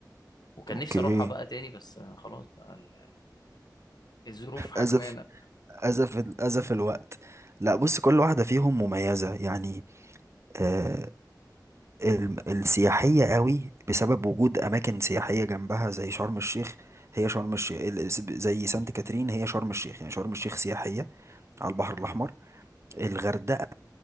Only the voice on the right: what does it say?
اوكي
اسف أزف أزف الوقت لا بص
كل واحدة فيهم مميزة يعني آه الم- السياحية قوي بسبب وجود أماكن سياحية جنبها زي شرم الشيخ هي شرم الشيخ ال- س- زي سانت كاترين هي شرم الشيخ يعني شرم الشيخ سياحية على البحر الأحمر الغردقة